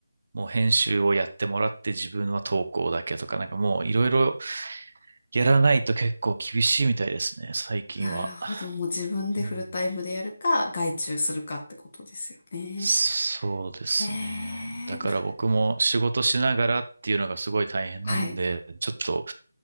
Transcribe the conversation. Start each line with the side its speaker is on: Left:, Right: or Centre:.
Right: もう編集をやってもらって自分は投稿だけとか、なんかもういろいろやらないと結構厳しいみたいですね、最近は。
Left: あ、なるほど。もう自分でフルタイムでやるか、
Right: うん、
Left: 外注するかってことですよね。
Right: そうですね。
Left: ええ、
Right: だから僕も仕事しながらっていうのがすごい大変なんで、
Left: なはい。
Right: ちょっと、